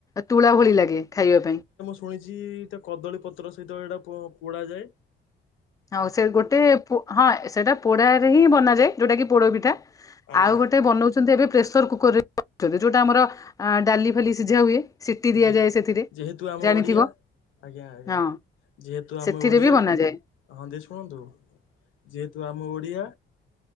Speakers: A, on the left; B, on the left.
A: ତୁଳା ଭଳି ଲାଗେ ଖାଇବା ପାଇଁ।
B: ଶୁଣିଚି। କଦଳୀ ପତ୍ର ସହିତ ଏଇଟା ପୋଡା ଯାଏ
A: ହଉ ସେ ଗୋଟେ ପୁ ହଁ ସେଟା ପୋଡାରେ ହିଁ ବନାଯାଏ। ଯୋଉଟା କି ପୋଡପିଠା,
B: ଆଜ୍ଞା
A: ଆଉ ଗୋଟେ ବନଉଛନ୍ତି ଏବେ ପ୍ରେସର କୁକର ଯୋଉଟା ଆମର ଆ ଡାଲି ଫାଲି ସିଝା ହୁଏ, ସିଟି ଦିଆଯାଏ
B: ଯେ
A: ସେଥିରେ
B: ଯେହେତୁ ଆମେ
A: ଜାଣିଥିବ
B: ଓଡ଼ିଆ ଆଜ୍ଞା ଆଜ୍ଞା।
A: ହଁ
B: ଯେହେତୁ ଆମେ
A: ସେଥିରେ
B: ଓଡିଆ।
A: ବି ବନାଯାଏ
B: ହଁ ଯେ ଶୁଣନ୍ତୁ, ଯେହେତୁ ଆମ ଓଡିଆ।